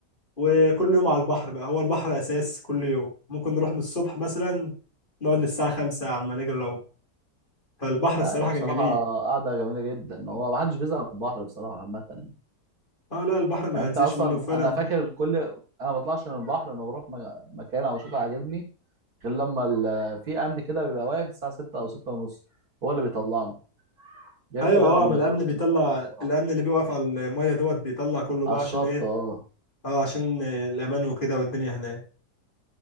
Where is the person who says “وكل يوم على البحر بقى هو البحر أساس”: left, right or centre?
Left